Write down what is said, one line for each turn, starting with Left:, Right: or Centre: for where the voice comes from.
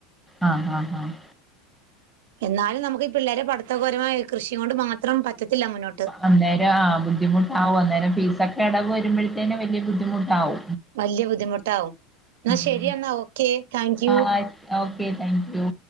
Centre: അ അ ആഹ്
Right: എന്നാലും നമുക്കീ പിള്ളേരെ പഠിത്തൊക്കൊരു <unintelligible> കൃഷി കൊണ്ട് മാത്രം പറ്റത്തില്ല മുന്നോ
Centre: അന്നേരം ആ ബുദ്ധിമുട്ടാവു അന്നേരം ഫീസൊക്കെ അടവ് വരുമ്പഴത്തേനു വല്യ ബുദ്ധിമുട്ടാവു
Right: വല്ല്യ ബുദ്ധിമുട്ടാവും. ന്നാ ശരിയെന്നാ
Centre: ഉം
Right: ഓക്കേ താങ്ക് യു
Centre: ആഹ് ഓക്കെ താങ്ക് യൂ